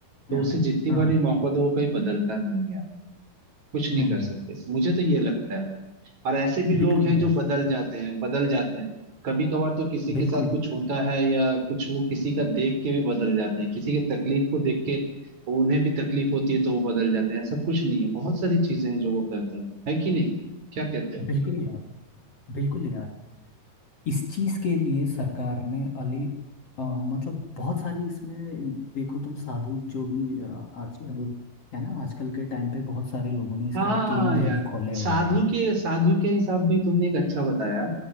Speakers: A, on the right (about 50°); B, on the left (about 40°).
A: तो
B: हाँ
A: उसे जितनी
B: हाँ
A: बार
B: हाँ
A: ही मौका दो वो कहीं बदलता नहीं है कुछ नहीं
B: नहीं
A: कर सकते
B: नहीं
A: मुझे तो ये लगता है और ऐसे भी लोग
B: बिल्कुल
A: हैं
B: यार
A: जो बदल जाते हैं बदल जाते हैं कभी कभार तो किसी के
B: बिल्कुल
A: साथ कुछ होता है या कुछ वो किसी का देख के भी बदल जाते हैं किसी के तकलीफ को देख के उन्हें भी तकलीफ होती है तो वो बदल जाते हैं ऐसा कुछ नहीं है बहुत सारी चीजें हैं जो वो करते हैं है कि नहीं क्या कहते हो
B: बिल्कुल यार बिल्कुल यार इस चीज के लिए सरकार ने अली अ, मतलब बहुत सारी इसमें देखो तुम साधु जो भी अ, आजकल है ना आजकल के टाइम पे बहुत सारे लोगों ने इसके
A: हाँ
B: लिए केंद्र
A: यार
B: भी खोले हुए
A: साधु
B: हैं
A: के साधु के हिसाब भी तुमने एक अच्छा बताया